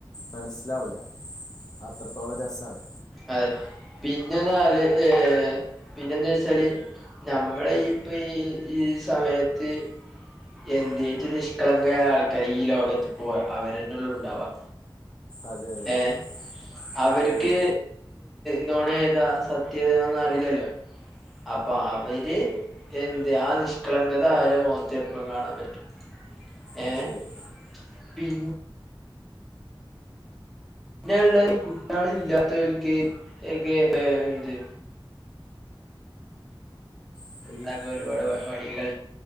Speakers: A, on the left (about 50°); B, in the centre.
A: മനസ്സിലാവില്ല അത്രത്തോളം രസമാണ്.
B: അതെ പിന്നെന്താല് ഏഹ് പിന്നെ എന്താ വെച്ചാല്. നമ്മള ഇപ്പൊ ഈ ഈ സമയത്ത്. എന്ത് നിഷ്കളങ്കായ ആൾക്കാർ ഈ ലോകത്ത് പോവാ അവരെന്നെല്ലെ ഉണ്ടാവാ.
A: അതെ അതെ അത്
B: ഏഹ്
A: സത്യം
B: അവർക്ക്.
A: ഉം
B: നോണ ഏതാ <unintelligible> അറിയില്ലല്ലോ അപ്പൊ അവര്. എന്തേ ആഹ് നിഷ്കളങ്കത അവരെമൊകത്തെപ്പം കാണാൻ പറ്റും ഏഹ്
A: അത് ശരിയാ
B: പിം പിന്നെയ്ള്ളത് ഈ കുട്ട്യാള് ഇല്ലാത്തവര്ക്ക് എ‌ക്കെ ഏഹ് ഏന്ത്
A: അപ്പൊ ഈ
B: അത‌ക്കെ ഒരുപാട്
A: ഞാ
B: വ വഴികൾ